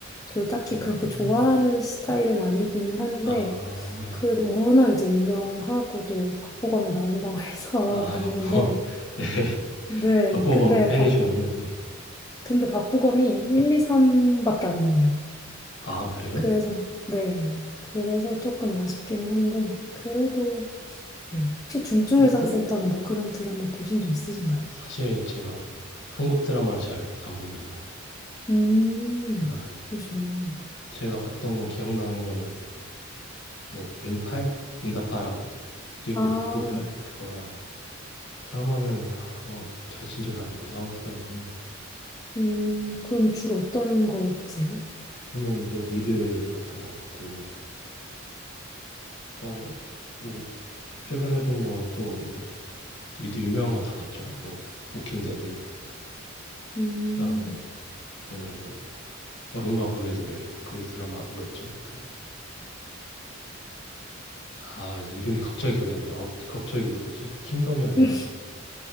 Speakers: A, on the left (about 20°); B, on the left (about 60°).
A: 저도 딱히
B: 음,
A: 그렇게
B: 음.
A: 좋아하는 스타일은 아니기는 한데
B: 아,
A: 그래도 워낙 이제 유명하고 또 박보검이 나온다고 <laughs> 해서
B: 아,
A: 봤는데,
B: 박보검. <laughs> 네,
A: 네.
B: 박보검
A: 근데
B: 팬이시군요.
A: 박,
B: 네.
A: 근데 박보검이 1, 2, 3밖에 안 나와요.
B: 아, 그래요?
A: 그래서, 네. 그래서 조금 아쉽긴 한데, 그래도, 네. 혹시 중증외상센터나
B: 어, 그,
A: 뭐 그런 드라마 보신 적 있으신가요?
B: 사실 제가 한국 드라마를 잘 안 봅니다.
A: 음,
B: 제가,
A: 그러시구나.
B: 제가 봤던 건 기억나는 거는 뭐, 응팔? 응답하라 일곱구구팔?
A: 아,
B: 그거랑 드라마는, 어, 저 진짜 잘 안 봐서 한국 드라마는.
A: 음, 그럼 주로 어떤 거 보세요?
B: 저는 뭐 미드 같은 거 보고, 어, 뭐 최근에 본 거 또 미드 유명한 건 다 봤죠. 뭐 워킹데드
A: 음.
B: 그다음에 뭐냐 그 얼음과 불의 노래 그 드라마 뭐였죠? 그 아 이름이 갑자기 기억이 안 나요. 아우, 갑자기 뭐지? 그 킹덤이 아니라
A: <laughs>